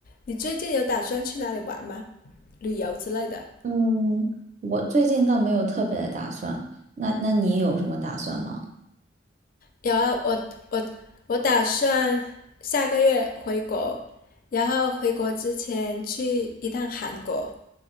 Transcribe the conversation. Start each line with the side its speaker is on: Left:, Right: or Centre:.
Left: 你最近有打算去哪里玩吗？旅游之类的？
Right: 嗯，我最近倒没有特别的打算。那那你有什么打算吗？
Left: 有啊，我我我打算下个月回国，然后回国之前去一趟韩国。